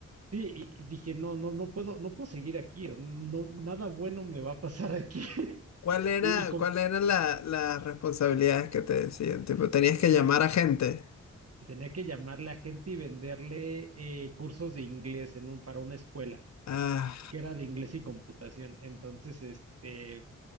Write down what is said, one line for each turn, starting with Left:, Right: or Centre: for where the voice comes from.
Right: sí, y dije, no, no, no puedo, no puedo seguir aquí, o no, nada bueno me va a pasar aquí. <laughs>
Left: ¿Cuál era,
Right: Y, y como
Left: cuál eran la- las responsabilidades que te decían? Tipo, tenías que
Right: era,
Left: llamar a gente.
Right: tenía que llamarle a gente y venderle eh, cursos de inglés en un, para una escuela,
Left: ah
Right: que era de inglés y computación. Entonces, este,